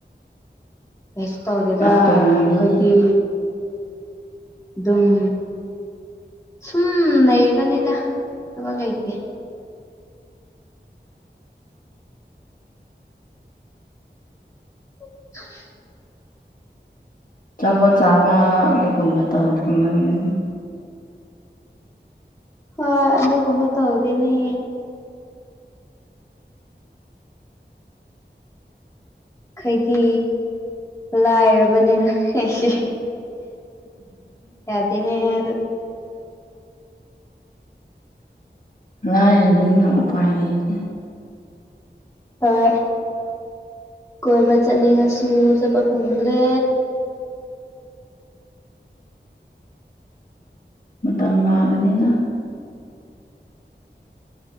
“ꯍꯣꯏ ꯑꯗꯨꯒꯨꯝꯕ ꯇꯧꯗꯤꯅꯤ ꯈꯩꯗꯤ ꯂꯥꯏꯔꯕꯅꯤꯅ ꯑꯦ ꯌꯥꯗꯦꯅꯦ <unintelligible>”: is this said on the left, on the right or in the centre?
Left